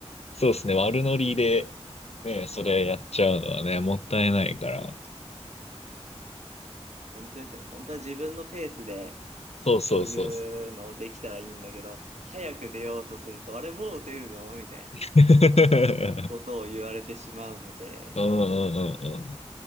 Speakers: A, on the left; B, on the right.
A: そうですね、悪ノリで、ね、それやっちゃうのはね、もったいないから。
B: 本当ですよね。本当は自分のペースで、
A: そうそうそう。
B: まあ、そういうのをできたらいいんだけど、早く出ようとすると、あれもう出るのみたいな
A: <laughs>
B: ことを言われてしまうので、
A: うんうんうんうん。